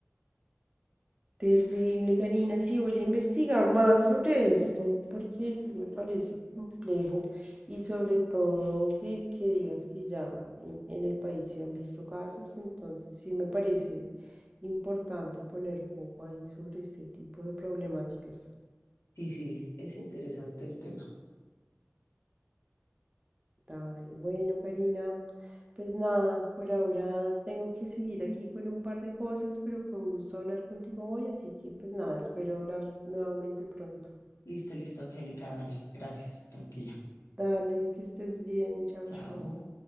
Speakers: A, on the right (about 25°); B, on the left (about 85°).
A: Terrible, Karina. Sí, voy a investigar más sobre esto, porque sí me parece complejo y sobre todo que, que digas que ya en, en el país se han visto casos, entonces sí me parece importante poner foco ahí sobre este tipo de problemáticas.
B: Sí, sí, es interesante el tema.
A: Dale, bueno, Karina, pues nada, por ahora tengo que seguir aquí con un par de cosas, pero fue un gusto hablar contigo hoy, así que pues nada, espero hablar nuevamente pronto.
B: Listo, listo, Angélica, dale. Gracias, tranquila.
A: Dale, que estés bien. Chao,
B: Chao.
A: chao.